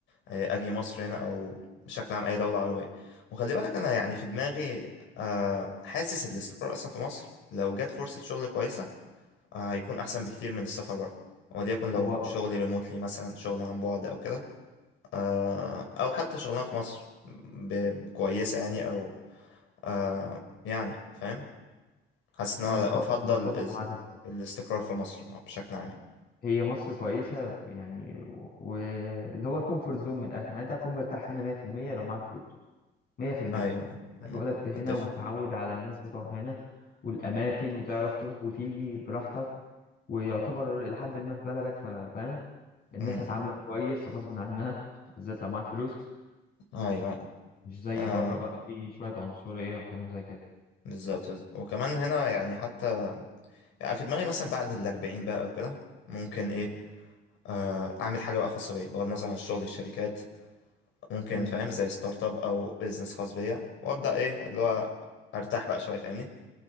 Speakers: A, on the left; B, on the left.
A: آه، اجي مصر هنا او بشكل عام اي دوله عربيه وخلي بالك انا يعني في دماغي آه، حاسس الاستقرار اصلا في مصر لو جت فرصه شغل كويسه آه، هيكون احسن بكتير من السفر بره وليكن لو
B: هو
A: شغل ريموتلي مثلا شغل عن بعد او كده آه، او حتى شغلانه في مصر ب- كويسه يعني او آه، يعني فاهم حاسس ان انا
B: انا مت-
A: افضل
B: أنا متفق
A: إز-
B: معاك الصراحه
A: الاستقرار في مصر آه، بشكل عام
B: هي مصر كويسه يعني واللي هو الكومفورت زون من الاخر يعني انت هتكون مرتاح هنا 100% لو معاك فلوس 100%
A: ايوه أمم،
B: اتولدت هنا
A: اتفق
B: ومتعود على الناس بتوع هنا والاماكن وتعرف تروح وتيجي براحتك ويعتبر لحد ما في بلدك ف- فاهم الناس
A: أمم،
B: هتعاملك كويس غصب عنها <laughs> بالذات لو معاك فلوس
A: ايوه أيوة.
B: مش زي
A: آه
B: بره بقى في شوية عنصرية وكلام زي كده
A: بالظبط بالظبط. وكمان هنا يعني حتى يعني في دماغي مثلا بعد الأربعين بقى او كده ممكن ايه آه اعمل حاجه بقى خاصه بيا بغض النظر عن الشغل الشركات ممكن
B: امم
A: فاهم زي ستارت اب او بيزنس خاص بيا وابدا ايه اللي هو ارتاح بقى شويه فاهمني